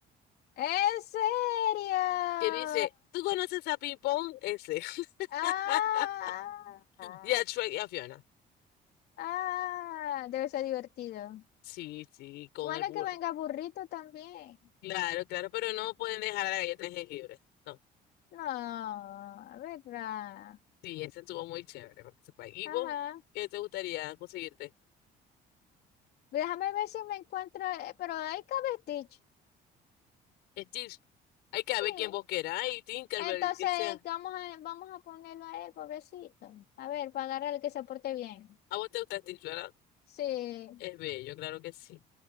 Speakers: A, on the left; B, on the left.
A: ¿En serio?
B: que dice, ¿tú conoces a Ping Pong? Ese. <laughs>
A: ¡Ah!
B: Y a Shrek y a Fiona.
A: Ah, debe ser divertido.
B: Sí, sí, con
A: Bueno,
B: el burro.
A: que venga burrito también.
B: Claro, claro, pero no pueden dejar la galleta de jengibre. No.
A: No, ¿verdad?
B: Sí, ese estuvo muy chévere para que sepa. ¿Y
A: Ajá.
B: vos qué te gustaría conseguirte?
A: Déjame ver si me encuentro, eh, pero ahí cabe Stitch.
B: Stitch. Hay que
A: Sí.
B: ver quién vos queráis, Tinkerbell,
A: Entonces
B: que sea.
A: vamos a, vamos a ponerlo a él, pobrecito. A ver, para agarrarle que se porte bien.
B: A vos te gusta Stitch, ¿verdad?
A: Sí.
B: Es bello, claro que sí.